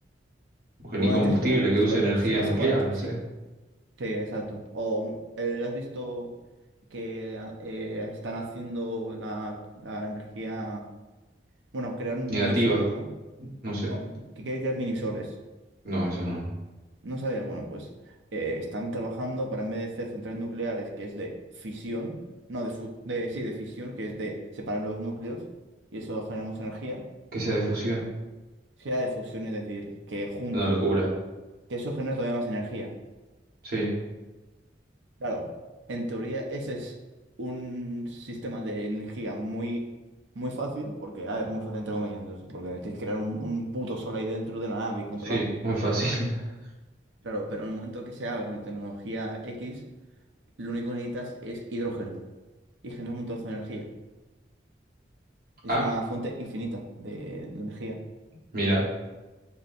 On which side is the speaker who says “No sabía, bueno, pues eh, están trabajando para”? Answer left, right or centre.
Right